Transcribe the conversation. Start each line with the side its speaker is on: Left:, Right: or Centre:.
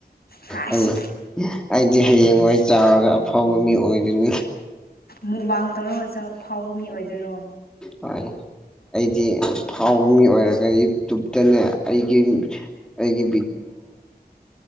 Left: ꯍꯥꯏꯁ
Centre: ꯍꯌꯦꯡ ꯑꯩꯗꯤ ꯍꯌꯦꯡꯋꯥꯏ ꯆꯥꯎꯔꯒ ꯑꯐꯥꯎꯕ ꯃꯤ ꯑꯣꯏꯗꯣꯏꯅꯤ
Left: ꯃꯨꯛꯕꯥꯡ ꯇꯧꯔꯒ ꯆ ꯐꯥꯎꯕ ꯃꯤ ꯑꯣꯏꯗꯣꯏꯔꯣ
Centre: ꯍꯣꯏ ꯑꯩꯗꯤ ꯐꯥꯎꯕ ꯃꯤ ꯑꯣꯏꯔꯒ ꯌꯨꯇꯨꯞꯇꯅꯦ ꯑꯩꯒꯤ ꯑꯩꯒꯤ